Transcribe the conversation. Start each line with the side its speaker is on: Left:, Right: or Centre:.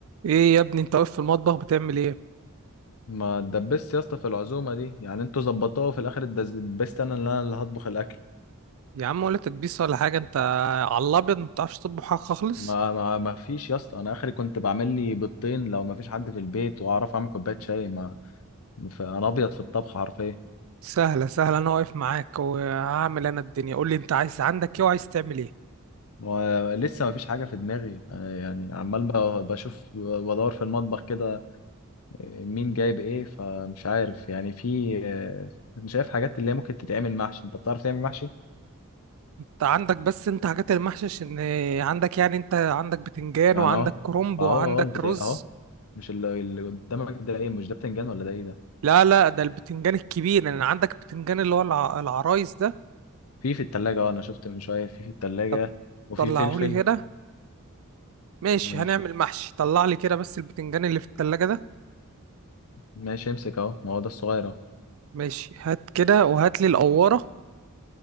Right: ايه يا ابني انت واقف في المطبخ بتعمل ايه
Left: ما اتدبست يا اسطى في العزومه دي يعني انتوا ظبطوها وفي الاخر اتدبست انا اللي انا اللي هطبخ الاكل
Right: يا عم ولا تكبيس ولا حاجه انت على الابيض ما بتعرفش تطبخ حاجه خالص
Left: ما ما ما فيش يا اسطى انا اخري كنت بعمل لي بيضتين لو ما فيش حد في البيت واعرف اعمل كوبايه شاي ما ف- انا ابيض في الطبخ حرفيا
Right: سهله سهله انا واقف معاك وهعمل انا الدنيا قول لي انت عايز عندك ايه وعايز تعمل ايه
Left: ولسه ما فيش حاجه في دماغي يعني عمال ب- بشوف بدور في المطبخ كده مين جايب ايه فمش عارف يعني في انا شايف حاجات اللي هي ممكن تتعمل محشي انت بتعرف تعمل محشي
Right: انت عندك بس انت حاجات المحشش ان عندك يعني انت عندك بتنجان
Left: يعني
Right: وعندك
Left: اهو
Right: كرنب
Left: اهو
Right: وعندك
Left: اهو البتاع
Right: رز
Left: اهو مش اللي اللي قدامك ده ايه مش ده بتنجان ولا ده ايه ده
Right: لا لا ده البتنجان الكبير يعني عندك بتنجان اللي هو الع- العرايس ده
Left: في في التلاجة اه انا شفت من شوية في في التلاجة
Right: طب
Left: وفي
Right: طلعهولي
Left: فلفل
Right: كده ماشي
Left: ماشي
Right: هنعمل محشي طلع لي كده بس البتنجان اللي في التلاجة ده
Left: ماشي امسك اهو ما هو ده الصغير اهو
Right: ماشي هات كده وهات لي القوارة